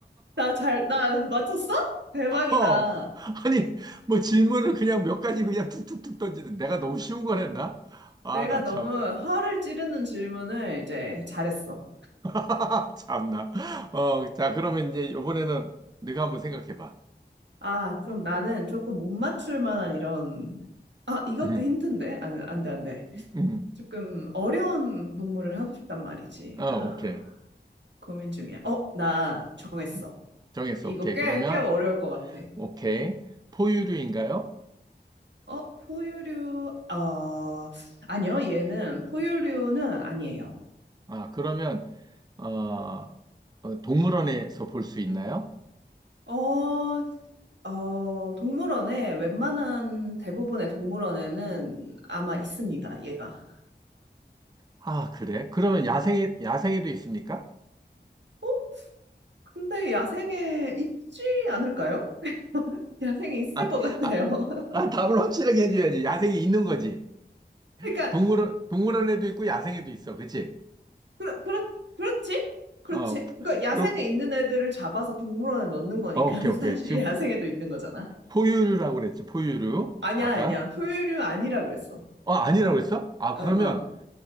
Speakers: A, on the right; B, on the right.
A: 나 잘, 나 맞췄어? 대박이다.
B: 어. 아니, 뭐 질문을 그냥 몇 가지 그냥 툭툭툭 던지는데 내가 너무 쉬운 걸 했나?
A: 내가
B: 아, 나
A: 너무
B: 참.
A: 허를 찌르는 질문을 이제 잘했어.
B: <laughs> 참나. 어, 자, 그러면 이제 이번에는 네가 한번 생각해봐.
A: 아, 좀 나는 조금 못 맞출 만한 이런, 아, 이것도
B: 응,
A: 힌트인데? 안, 안 돼, 안 돼.
B: 응.
A: 조금 어려운 동물을 하고 싶단 말이지.
B: 어,
A: 아,
B: 오케이.
A: 고민 중이야. 어, 나 정했어.
B: 음. 정했어.
A: 이거
B: 오케이.
A: 꽤,
B: 그러면
A: 꽤 어려울 것 같아.
B: 오케이. 포유류인가요?
A: 어, 포유류, 어, 아니요, 얘는 포유류는 아니에요.
B: 아, 그러면, 어, 어, 동물원에서 볼 수 있나요?
A: 어, 어, 동물원에 웬만한 대부분의 동물원에는 아마 있습니다, 얘가.
B: 아, 그래. 그러면 야생에, 야생에도 있습니까?
A: 어? 근데 야생에 있지 않을까요? <laughs> 야생에 있을
B: 아,
A: 것 같아요.
B: 아,
A: <laughs>
B: 아, 답을 확실하게 해줘야지. 야생에 있는 거지.
A: 그러니까,
B: 동물원, 동물원에도 있고 야생에도 있어. 그치?
A: 그렇, 그렇, 그렇지? 그렇지?
B: 어,
A: 그러니까 야생에
B: 그럼,
A: 있는 애들을 잡아서 동물원에 넣는 거니까
B: 어, 오케이,
A: <laughs>
B: 오케이.
A: 사실
B: 지금
A: 야생에도 있는 거잖아.
B: 포유류라고 그랬지. 포유류.
A: 아니야,
B: 아까?
A: 아니야. 포유류 아니라 그랬어.
B: 어, 아니라고 그랬어? 아, 그러면,
A: 어, 어.